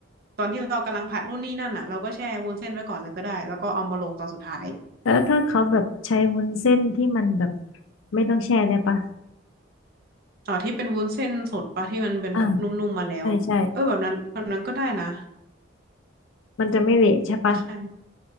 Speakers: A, on the right (about 50°); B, on the left (about 85°).
A: ตอนที่เรากำลังผัดนู่นนี่นั่นอ่ะเราก็แช่วุ้นเส้นไว้ก่อนเลยก็ได้แล้วก็เอามาลงตอนสุดท้าย
B: แล้วถ้าเขาแบบใช้วุ้นเส้นที่มันแบบไม่ต้องแช่ได้ปะ
A: อ๋อที่เป็นวุ้นเส้นสดปะที่มันเป็นแบบนุ่มๆมาแล้วเออแบบนั้นแบบนั้นก็ได้นะ
B: อ่าใช่ใช่มันจะไม่เละใช่ปะ
A: ใช่